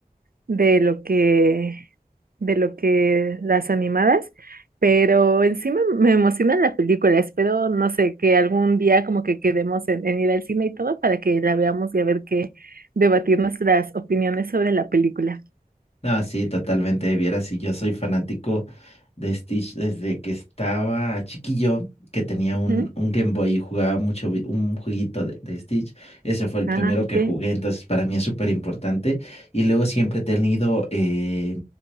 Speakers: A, on the right; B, on the left.
A: de lo que, de lo que las animadas. Pero encima me emociona la película. Espero, no sé, que algún día como que quedemos en, en ir al cine y todo para que la veamos y a ver qué debatir nuestras opiniones sobre la película.
B: No, sí, totalmente. Vieras, si yo soy fanático de Stitch desde que estaba chiquillo, que tenía
A: Ujú.
B: un, un Game Boy y jugaba mucho vi- un jueguito de, de Stitch. Ese fue el primero
A: Ah, ok.
B: que jugué, entonces para mí es súper importante. Y luego siempre he tenido eh,